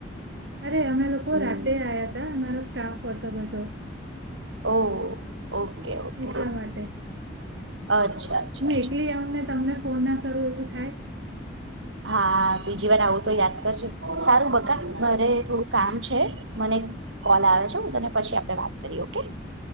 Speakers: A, on the right; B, on the right.
A: અરે અમે લોકો આવયા હતા અમારો સ્ટાફ હતો બધો
B: ઓ ઓકે ઓકે
A: એટલા માટે.
B: અચ્છા. અચ્છા
A: હું એકલી આવું ને તમને ફોન ના કરું એવું થાય.
B: હા બીજી વાર આવું તો યાદ કરજે સારું બકા મારે થોડું કામ છે. મને કોલ આવે છે હું તને પછી આપણે વાત કરીએ ઓકે.